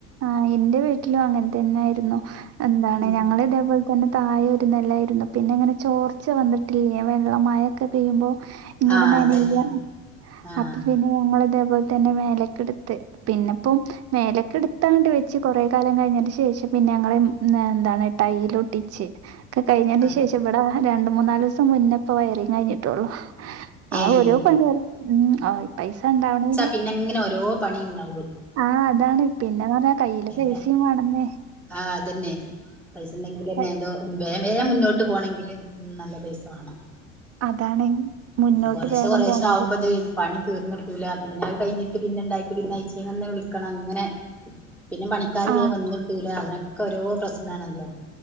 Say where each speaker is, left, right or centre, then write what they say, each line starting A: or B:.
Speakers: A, on the right; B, in the centre.
A: ആ ഇന്റെ വീട്ടിലും അങ്ങനതന്നായിരുന്നു എന്താണ്
B: ഉം
A: ഞങ്ങൾ ഇതേപോ തന്നെ താഴൊരു നിലായിരുന്നു പിന്നെ ഇങ്ങനെ ചോർച്ച വന്നിട്ടില്ലേ വെള്ള മഴൊക്കെ പെയ്യുമ്പോ ഇങ്ങനെ
B: ആഹ്
A: നനയ
B: അതന്നെ ആഹ്
A: അപ്പൊ പിന്നെ ഞങ്ങളിതേ പോലെ തന്നെ മേലക്കെടുത്ത് പിന്നെപ്പം മേലക്ക് എടുത്തങ്ങട്ട് വെച്ച് കൊറെ കാലം കഴിഞ്ഞതിന് ശേഷം പിന്നെ ഞങ്ങൾ എന്താണ് ടൈലൊട്ടിച്ച് ഒക്കെ കഴിഞ്ഞതിന്
B: ആഹ്
A: ശേഷം ഇവിടെ രണ്ടു മൂന്നാലീസം മുന്നെപ്പോ വയറിങ് കഴിഞ്ഞിട്ടുള്ളു ആ
B: ഏയ്
A: ഓരോ പണി വരും ഉം ആ പൈസണ്ടാവണെ
B: പിന്നെങ്ങനെ ഓരോ പണിണ്ടാവൊല്ലോ.
A: ആഹ് അതാണ് പിന്നെന്ന് പർഞ്ഞ കയ്യില് പേസിം
B: ഉം
A: വാണന്നെ.
B: ആഹ് അതന്നെ. പൈസണ്ടെങ്കിലെന്നെ
A: ക-
B: ഏതോ വേം വേം മുന്നോട്ട് പോണെങ്കില് നല്ല പൈസവാണം.
A: അതാണ് മുന്നോട്ട്
B: കൊറേഷെ
A: വേഗം
B: കൊറേഷെ
A: പോണെങ്കിൽ
B: ആവുമ്പത് പണി തീർന്ന്ട്ടൂല പിന്നെ അത് കയ്ഞ്ഞിട്ട് പിന്നെണ്ടായിട്ട് പിന്നെ ആയ്ച്ചേങ്ങന്ന് വിളിക്കണം അങ്ങനെ പിന്നെ പണിക്കാര്
A: ആ
B: വേം വന്ന്ട്ടൂല അങ്ങനൊക്കെ ഓരോ പ്രശ്നാണല്ലോ.